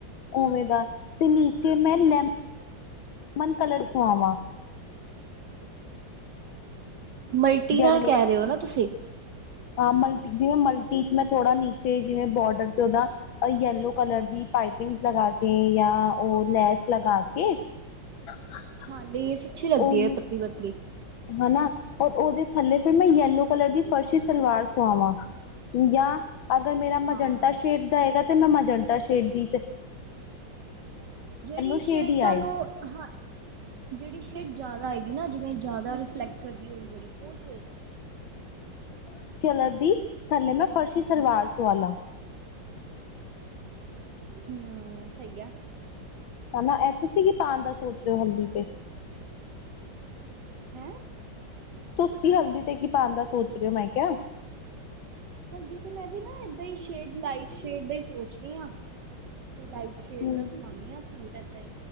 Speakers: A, on the left; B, on the right.
A: ਉਵੇਂ ਦਾ ਤੇ ਨੀਚੇ ਮੈਂ ਲ ਲਮਨ ਕਲਰ ਸੁਆਵਾਂ
B: ਮਲਟੀ
A: ਯੈਲੋ
B: ਨਾਲ ਕਹਿ ਰਹੇ ਹੋ ਨਾ ਤੁਸੀਂ
A: ਹਾਂ ਮਲਟੀ ਜਿਵੇਂ ਮਲਟੀ ਚ ਮੈਂ ਥੋੜ੍ਹਾ ਨੀਚੇ ਜਿਵੇਂ ਬੋਡਰ ਤੇ ਉਹਦਾ ਯਲੋ ਕਲਰ ਦੀ ਪਾਈਪਿੰਗਸ ਲਗਾ ਕੇ ਜਾਂ ਉਹ ਲੈਸ ਲਗਾ ਕੇ <inaudible>
B: ਹਾਂ ਇਹ ਸੱਚੀ ਲੱਗਦੀ
A: ਉਹਨੂੰ
B: ਹੈ ਪਤਲੀ-ਪਤਲੀ
A: ਹਨਾ ਔਰ ਉਹਦੇ ਥੱਲੇ ਫੇਿਰ ਮੈਂ ਯੈਲੋ ਕਲਰ ਦੀ ਫਰਸ਼ੀ ਸਲਵਾਰ ਸੁਆਵਾਂ ਜਾਂ ਅਗਰ ਮੇਰਾ ਮਜੰਟਾ
B: ਹਾਂ
A: ਸ਼ੇਡ ਦਾ ਹੈਗਾ ਤੇ ਮੈਂ ਮਜੰਟਾ ਸ਼ੇਡਦੀ
B: ਜਿਹੜੀ
A: ਸ਼ੇਡ
B: ਸੇਡ,
A: ਹੀ ਆਏ
B: ਤੁਹਾਨੂ ਹਾਂ ਜਿਹੜੀ ਸ਼ੇਡ, ਜ਼ਿਆਦਾ ਹੈਏਗੀ ਨਾ, ਜਿਵੇਂ ਜ਼ਿਆਦਾ ਰਿਫਲੈਕਟ ਕਰਦੀ ਹੋਈ, ਜਿਹੜੀ ਉਹ ਸ਼ੇਡ
A: ਇਸ ਕਲਰ ਦੀ, ਥੱਲੇ ਮੈਂ ਫਰਸ਼ੀ ਸਲਵਾਰ ਸਿਵਾਲਾ
B: ਹੁੰ ਸਹੀ ਆ
A: ਹਨਾ, ਐ ਤੁਸੀਂ ਕੀ ਪਾਉਣ ਦਾ ਸੋਚ ਰਹੇ ਹੋ ਹਲਦੀ ਤੇ?
B: ਹੈਂ
A: ਤੁਸੀਂ ਹਲਦੀ ਤੇ ਕੀ ਪਾਉਣ ਦਾ ਸੋਚ ਰਹੇ ਹੋ ਮੈਂ ਕਿਹਾ
B: ਹਲਦੀ ਤੇ ਮੈਂ ਵੀ ਨਾ ਏਦਾਂ ਹੀ ਸ਼ੇਡ ਲਾਈਟ ਸ਼ੇਡ ਦਾ ਹੀ ਸੋਚ ਰਹੀ ਹਾਂ ਕੋਈ ਲਾਈਟ
A: ਹਮ
B: ਸ਼ੇਡ ਦਾ ਸਮਾਨੀ ਆ ਸੂਟ ਇਦਾਂ ਹੀ